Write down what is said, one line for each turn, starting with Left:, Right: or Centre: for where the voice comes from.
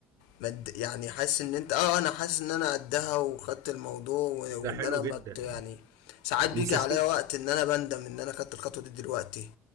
Left: مد يعني حاسس ان انت اه انا حاسس ان انا قدها وخدت الموضوع و-
Right: ده
Left: وان
Right: حلو
Left: انا
Right: جدا
Left: مت يعني ساعات بيجي
Right: وسستمت
Left: عليا وقت ان انا بندم ان انا خدت الخطوة دي دلوقتي